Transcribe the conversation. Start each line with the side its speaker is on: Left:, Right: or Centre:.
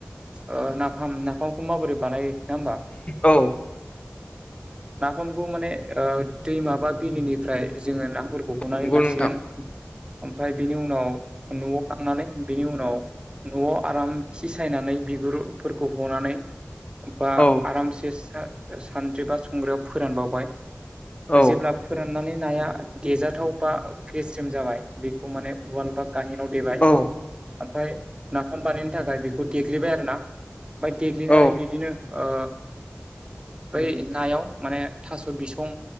Right: ओ नाफाम नाफामखौ माबोरै बानायो नङा होमबा
Left: औ
Right: नाफामखौ माने ओ दैमा बा बिलोनिफ्राय जोङो नाफोरखौ हनानै
Left: नंगौ
Right: लासिगोन।
Left: नोंथां
Right: ओमफाय बिनि उनाव न'आव थांनानै बिनि उनाव न'आव आराम खि सायनानै बिगुरफोरखौ हनानै बा
Left: औ
Right: आरामसे सा-सानद्रि बा संग्रायाव फोरानबावबाय
Left: औ
Right: जेब्ला फोराननानै नाया देजाथाव बा गेस्रेम जाबाय बेखौ माने उवाल बा गाहेनाव देबाय
Left: औ
Right: ओमफाय नाफाम बानायनो थाखाय बे खौ देग्लिबाय आरो ना ओमफाय देग्लिनानै
Left: औ
Right: बिदिनो ओ बै नायाव माने थास' बिसं